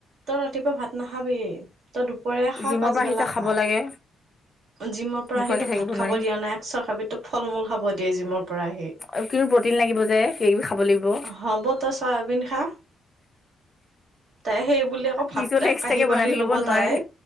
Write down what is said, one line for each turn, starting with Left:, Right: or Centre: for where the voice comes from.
Right: তই ৰাতিপুৱা ভাত নাখাবি, তই দুপৰীয়া খা,
Left: জিমৰ
Right: পাছবেলা
Left: পৰা আহি যে খাব
Right: খা।
Left: লাগে
Right: জিমৰ পৰা
Left: নোখোৱাকে
Right: আহি তোক
Left: থাকিব
Right: ভাত খাব
Left: নোৱাৰি
Right: দিয়া নাই একচৰ খাবি, তোক ফল-মূল খাব দিয়ে জিমৰ পৰা আহি।
Left: আৰু <unintelligible> প্ৰটিন লাগিব যে। কিবা-কিবি খাব লাগিব।
Right: হ'ব তই চয়াবিন খা। তাই সেই বুলি আকৌ ভাত
Left: নিজলে
Right: এক
Left: এক্সট্ৰাকে
Right: কাঁহি পাৰি
Left: বনাই থাকিব
Right: ল'ব
Left: নোৱাৰি।
Right: তাই